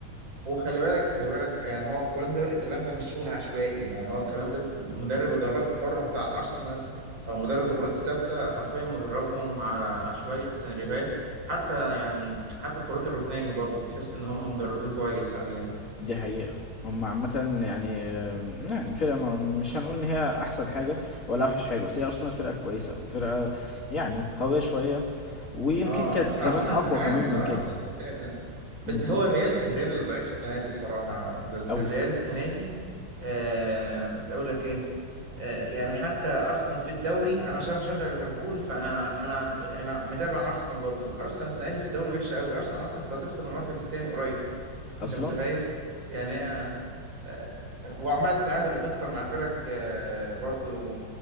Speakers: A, on the right (about 70°); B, on the left (about 40°).
A: وخلي بالك خلي بالك يعني هو الكلام ده الكلام ده مش شغل عشوائي يعني هو الكلام ده مدرب الضربات الحرة بتاع أرسنال أو مدرب الكرات الثابتة حرفيا مدربهم على عشوائية سيناريوهات حتى يعني حتى الكرات الركنية برضو بتحس إن هم مدربين كويس عليها
B: دي حقيقة هم عامة يعني يعني فرقة ما- مش هنقول ان هي احسن حاجة ولا اوحش حاجة بس هي ارسنال فرقة كويسة وفرقة يعني قوية شوية ويمكن
A: اه
B: كانت زمان
A: أرسنال
B: اقوى
A: دفاعيا
B: كمان
A: بصراحة
B: من كده
A: كانت ممتازة
B: م-
A: بس هو
B: م.
A: الريال الريال اللي ضعيف السنة دي بصراحة معتز.
B: قوي
A: الريال السنة دي آه كنت أقول لك إيه آه، يعني حتى ارسنال في الدوري انا عشان بشجع ليفربول فانا انا ب- انا متابع ارسنال برضو ارسنال السنه دي في الدوري وحشه قوي ارسنال اصلا كانت هتفقد المركز الثاني قريب <laughs>
B: اصلا
A: انت متخيل يعني هي آه، وعماله تتعادل وتخسر مع فرق آه، برضو